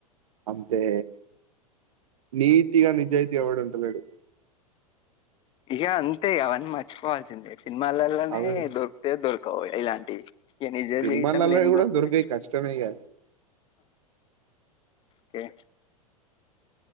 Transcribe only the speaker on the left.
ఇగ అంతే అవన్నీ మర్చిపోవాల్సిందే. సినిమాలల్లనే
దొరూకతయో దొరు ఓ ఇలాం టి నిజ
జీవితంలో ఏం
దొరుకుతయి.
కే